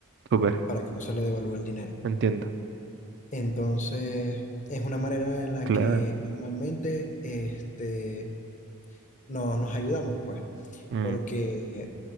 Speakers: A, on the right; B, on the left.
A: súper,
B: para que no se le devalúe el dinero.
A: entiendo,
B: Entonces, es una manera en la
A: claro.
B: que normalmente este, no- nos ayudamos, pues,
A: mm.
B: porque